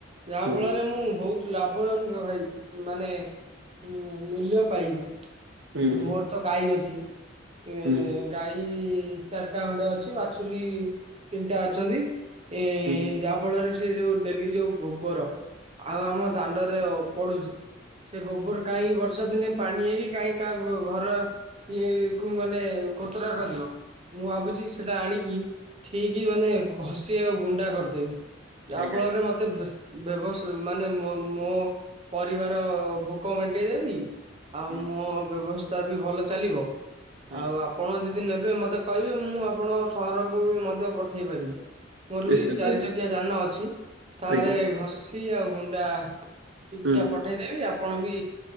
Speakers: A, on the right; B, on the right.
A: ଯାହା
B: ହୁଁ
A: ଫଳରେ ମୁଁ ବୋହୁତ ଲାଭଜନକ ଦ୍ଭାଇ ବି। ମାନେ ଉଁ ମୂଲ୍ୟ ପାଇଲି।
B: ହୁଁ ହୁଁ
A: ମୋର୍ ତ ଗାଈ ଅଛି। ଏ
B: ହୁଁ
A: ଗାଈ ଚାରିଟା ଅଣ୍ଡେ ଅଛି ବାଛୁରୀ ତିନିଟା ଅଛନ୍ତି ଏଁ
B: ହୁଁ
A: ଯା ଫଳରେ ସେ ଯେଉ ଡେଲି ଯେଉ ଗୋବର, ଆଉ ଆମ ଦାଣ୍ଡରେ ପଡ଼ୁଛି ସେ ଗୋବର କାହିଁକି ବର୍ଷା ଦିନେ ପାଣି ହେଇକି କାହିଁ କାହା ଗ ଘର ଇଏ କୁ ମାନେ ଏ ଓ କୋତରା କରିବ। ମୁଁ ଭାବୁଛି ସେଟା ଆଣିକି ଠିକି ମାନେ ଘଷି ଆଉ ଗୁଣ୍ଡା କରିଦେବି। ଯାହାଫଳରେ
B: ଆଜ୍ଞା
A: ମୋତେ ବେ ବ୍ୟବସ୍ ମାନେ ମୋ ମୋ ପରିବାର ଭୋକ ମେଣ୍ଟେଇ ଦେବି ଆଉ
B: ହୁଁ
A: ମୋ ବ୍ୟବସ୍ଥା ବି ଭଲ ଚାଲିବ।
B: ହୁଁ
A: ଆଉ ଆପଣ ଯଦି ନେବେ ମୋତେ କହିବେ, ମୁଁ ଆପଣଙ୍କ ସହରକୁ ବି ମଧ୍ୟ ପଠେଇ ପାରିବି। ମୋର
B: ନିଶ୍ଚିତ
A: ବି ଚାରି ଚକିଆ ଯାନ ଅଛି। ତାହେରେ
B: ଆଜ୍ଞା।
A: ଘଷି ଆଉ ଗୁଣ୍ଡା କିଛିଟା
B: ହୁଁ
A: ପଠେଇଦେବି। ଆପଣ ବି